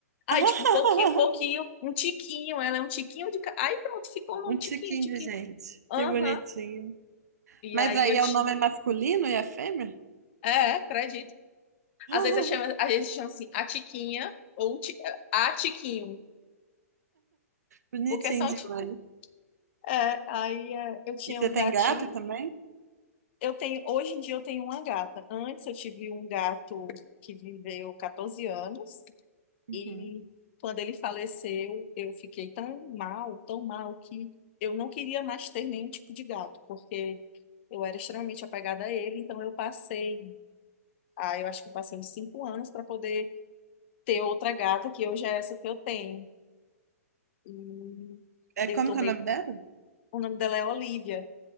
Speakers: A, on the left; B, on the right.
A: Ai,
B: <laughs>
A: tipo, um pouquinho, pouquinho, um tiquinho, ela é um tiquinho de. ca- Aí pronto, ficou
B: Um
A: um tiquinho,
B: tiquinho
A: tiquinho.
B: de gente.
A: Aham.
B: Que bonitinho.
A: E
B: Mas
A: aí
B: aí
A: eu te.
B: é o nome é masculino e a fêmea?
A: É, acredito.
B: <laughs>
A: Às vezes a, chama, a gente chama assim a Tiquinha ou o ti- a Tiquinho,
B: Bonitinho
A: porque são
B: demais.
A: tipo. É, aí é, eu tinha
B: E você
A: um
B: tem
A: gatinho.
B: gato também?
A: Eu tenho, hoje em dia eu tenho uma gata. Antes eu tive um gato que viveu 14 anos
B: Uhum.
A: e quando ele faleceu eu fiquei tão mal, tão mal que eu não queria mais ter nenhum tipo de gato, porque eu era extremamente apegada a ele, então eu passei, ah, eu acho que eu passei uns cinco anos para poder ter outra gata, que hoje é essa que eu tenho. E
B: É como
A: eu tomei.
B: que é o nome dela?
A: O nome dela é Olivia.